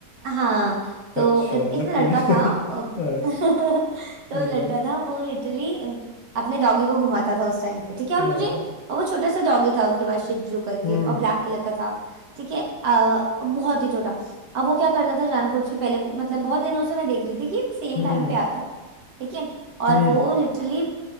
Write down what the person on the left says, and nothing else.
अच्छा
द
कूल
<laughs>
हम्म
हम्म
हाँ,
हम्म
हम्म
हम्म